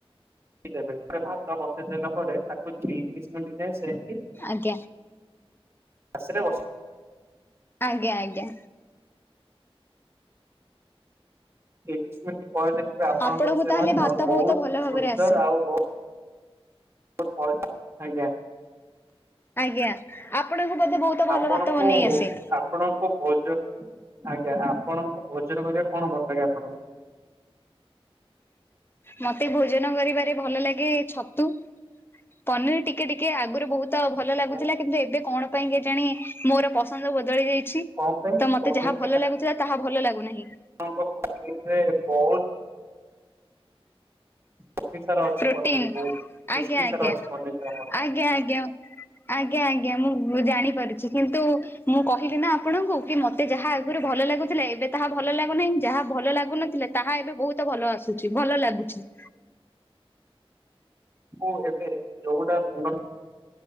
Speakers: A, on the right; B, on the left.
A: ଦେବେ ପୁର ଭାତ ବସେଇ ସାରିଲା ପରେ ତାକୁ ଦିସେକେଣ୍ଡ ଯାଏ ସେମ୍
B: ଆଜ୍ଞା।।
A: ଆସିଲେ ବସି
B: ଆଜ୍ଞା ଆଜ୍ଞା।
A: ତିରିଶ ମିନିଟ୍ ପରେ ଦେଖିବେ ଆପଣଙ୍କର
B: ଆପଣଙ୍କୁ
A: ସେ
B: ତାହେଲେ
A: ଭାତ ବୋହୁତ
B: ବହୁତ ଭଲ ଭାବରେ
A: ସୁନ୍ଦର
B: ଆସେ।
A: ଆଉ ବୋହୁତ <unintelligible> ଆଜ୍ଞା।
B: ଆଜ୍ଞା ଆପଣଙ୍କୁ ବୋଧେ ବହୁତ ଭଲ
A: ଆପଣଙ୍କୁ
B: ଭାତ ବନେଇ ଆସେ?
A: ଆପଣଙ୍କୁ ଭୋଜନ ଆଜ୍ଞା ଆପଣଙ୍କୁ ଭୋଜନ କରିବା କଣ ଭଲ ଲାଗେ ଆପଣଙ୍କୁ?
B: ମତେ ଭୋଜନ କରିବାରେ ଭଲ ଲାଗେ ଛତୁ ପନିର ଟିକେ ଟିକେ ଆଗରୁ ବହୁତ ତ ଭଲ
A: ଆଜ୍ଞା
B: ଲାଗୁଥିଲା। କିନ୍ତୁ ଏବେ କଣ ପାଇଁ କେଜାଣି ମୋର ପସନ୍ଦ ବଦଳି ଯାଇଛି।
A: କଣ ପାଇଁ
B: ତ ମତେ
A: ପନିର
B: ଯାହା
A: ପାଇଁ
B: ଭଲ ଲାଗୁଥିଲା ତାହା ଭଲ ଲାଗୁନାହିଁ।
A: ଆପଣଙ୍କ <unintelligible> ବହୁତ ପୃଷ୍ଟି ସାର ଅଛି
B: ପ୍ରୋଟିନ୍
A: ପନିର ବହୁତ ପୃଷ୍ଟି
B: ଆଜ୍ଞା ଆଜ୍ଞା
A: ସାର ଅଛି ପନିରରେ ଆମର।
B: ଆଜ୍ଞା ଆଜ୍ଞା। ଆଜ୍ଞା ଆଜ୍ଞା ମୁଁ ଜାଣିପାରୁଛି କିନ୍ତୁ ମୁଁ କହିଲି ନା ଆପଣଙ୍କୁ କି ମତେ ଯାହା ଆଗରୁ ଭଲ ଲାଗୁଥିଲା ଏବେ ତାହା ଭଲ ଲାଗୁନାହିଁ। ଯାହା ଭଲ ଲାଗୁନଥିଲା ତାହା ଏବେ ବହୁତ ଭଲ ଆସୁଛି ଭଲ ଲାଗୁଛି।
A: ମୁଁ ଏବେ ଯୋଉଟା ଭଲ